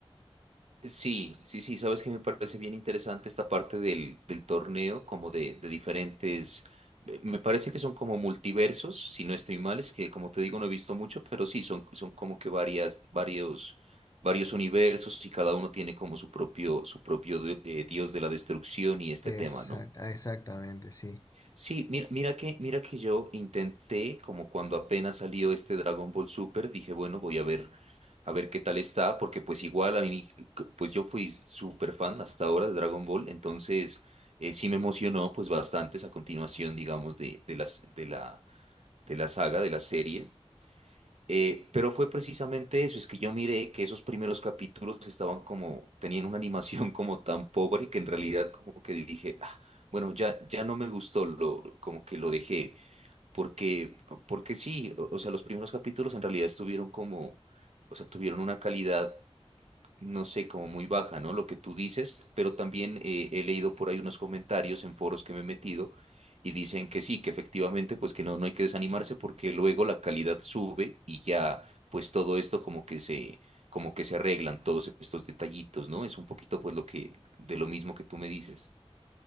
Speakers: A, on the right (about 85°); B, on the left (about 35°).
A: Sí, sí, sí, sabes que me parece bien interesante esta parte del, del torneo, como de, de diferentes, eh, me parece que son como multiversos, si no estoy mal, es que como te digo no he visto mucho, pero sí, son, son como que varias, varios, varios universos y cada uno tiene como su propio, su propio de- de dios de la destrucción y este
B: Exact-
A: tema, ¿no?
B: exactamente, sí.
A: Sí, mira, mira que, mira que yo intenté, como cuando apenas salió este Dragon Ball Super, dije, bueno, voy a ver, a ver qué tal está, porque pues igual a mí, c- pues yo fui súper fan hasta ahora de Dragon Ball, entonces eh, sí me emocionó pues bastante esa continuación, digamos, de, de las, de la, de la saga, de la serie. Eh, pero fue precisamente eso, es que yo miré que esos primeros capítulos estaban como, tenían una animación <laughs> como tan pobre que en realidad como que dije, "Ah, bueno, ya, ya no me gustó, lo, como que lo dejé, porque, porque sí, o, o sea, los primeros capítulos en realidad estuvieron como, o sea, tuvieron una calidad no sé, como muy baja, ¿no? Lo que tú dices, pero también eh, he leído por ahí unos comentarios en foros que me he metido y dicen que sí, que efectivamente, pues que no, no hay que desanimarse porque luego la calidad sube y ya, pues todo esto como que se, como que se arreglan todos estos detallitos, ¿no? Es un poquito pues lo que, de lo mismo que tú me dices.